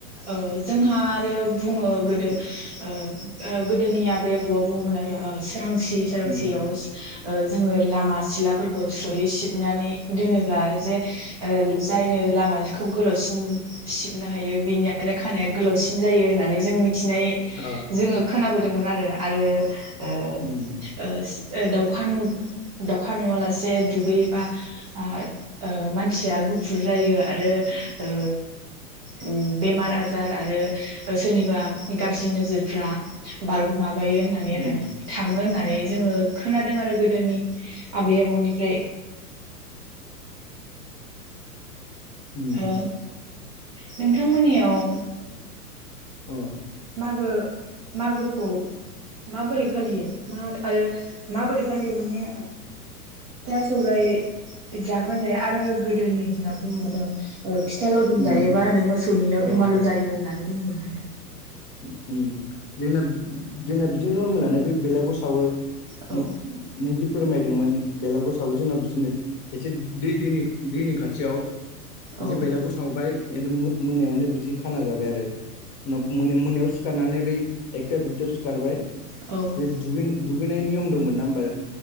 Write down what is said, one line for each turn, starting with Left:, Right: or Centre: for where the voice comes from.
Right: ओ औ जोंहा आरो बुङो गोदो ओ गोदोनि आबै आबौआ बुङोमोन आरो ओ सोरांसि सोरांसियाव
Left: उम
Right: ओ जोंङो लामा सिलाफोरखौ स्रयै सिबनानै दोनोब्ला जे जायनो लामाखौ गोलावसिन सिबनो हायो बिनियानो खानाया गोलावसिन जायो होननानै जों मिथि थिनाय
Left: अ
Right: जोंङो खोनाबोदोंमोन आरो ओ
Left: उम
Right: ओ सि दावखा नु दाउखा नुवालासे दुगैयोबा आ ओ मानसिया गुफुर जायो। आरो ओ ओम बेमार आजार आरो ओ सोरनिबा गाज्रि नोजोरफ्रा बारग' माबायो होननानै आरो
Left: उम
Right: थांङो होननानै जोंङो खोनादों आरो गोदोनि आबै आबौनिफ्राय।
Left: उम
Right: ओ नोंथां मोननियाव
Left: अ
Right: मागो मागोखौ माबोरै फालियो मा आरो माबोरै फालियो माने फिथा सौराय जागोन जाया आरो गोदोनि दिनाव बुङोमोन औ फिथाइ लावदुम
Left: उम
Right: जायोबा मोसौनियाव
Left: अ
Right: दुमालु जायो होननानै बुङोमोन नों
Left: ओम जोंना जोंना बिदिनो नरमेलानो बे बेलागुर सावो
Right: औ
Left: नों जि फोरमायदोंमोन बेलागसआवबो जोंनाव बिदिनो एसे दै दैनि दैनि खाथियाव
Right: औ
Left: एसे बेलागुर सावबाय बे मोनायावनो बिदि खाना जाबाय आरो मोन मोनायाव सिखारनानै बै एकथा दुइथायाव सिखारबाय
Right: औ
Left: बे दुगै दुगैनाय नियम दंमोन ना होमबा